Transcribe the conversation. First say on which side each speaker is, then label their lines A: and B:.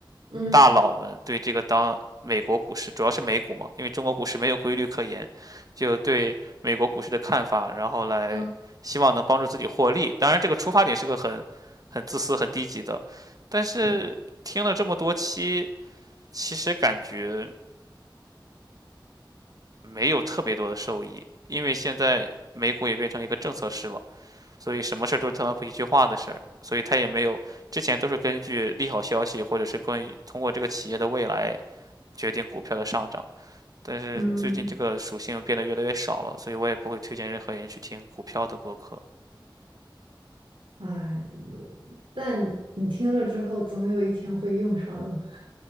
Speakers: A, on the right (about 85°); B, on the right (about 45°).
A: 嗯
B: 大佬们对这个当美国股市，主要是美股嘛，因为中国股市没有规律可言，就对美国股市的看法，然后来希望能帮助自己获利。
A: 嗯
B: 当然，这个出发点是个很很自私、很低级的，但是听了这么多期，
A: 嗯
B: 其实感觉。没有特别多的收益，因为现在美股也变成一个政策市了，所以什么事儿都是特朗普一句话的事儿，所以他也没有，之前都是根据利好消息或者是关于通过这个企业的未来决定股票的上涨，但是最近这个属性变得越来越少了，
A: 嗯，
B: 所以我也不会推荐任何人去听股票的播客。
A: 哎，但你听了之后，总有一天会用上的。